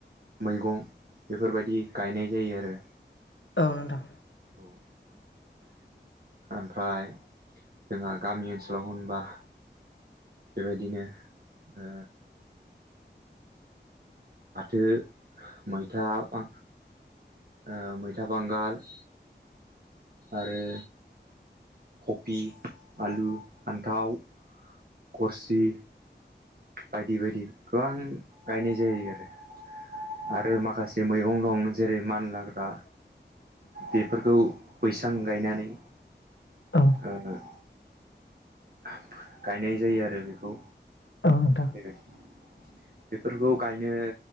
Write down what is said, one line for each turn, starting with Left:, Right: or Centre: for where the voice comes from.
Right: मैगं बेफोरबायदि गायनाय जायो आरो
Left: औ नोंथां
Right: औ ओमफ्राय जोंहा गामि ओनसोलाव होनबा बेबायदिनो अ फाथो मैथा बां अ मैथा बांगाल आरो कबि आलु फान्थाव करसि बायदि-बायदि गोबां गायनाय जायो आरो आरो माखासे मैगं दं जेरै मान लाग्रा बेफोरखौ बैसां गायनानै
Left: औ
Right: गानो ओमफाय गायनाय जायो आरो बेखौ
Left: औ नोंथां
Right: बेबायदि बेफोरखौ गायनो